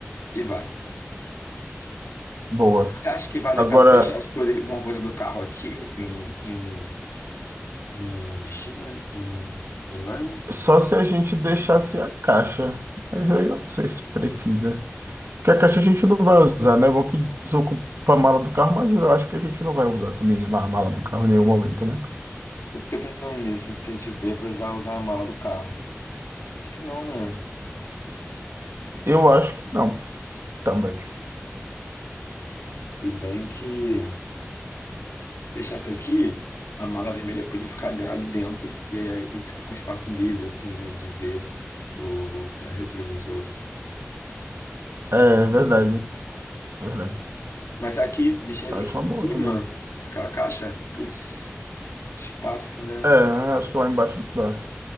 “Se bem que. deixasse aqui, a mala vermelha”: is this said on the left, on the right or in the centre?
Left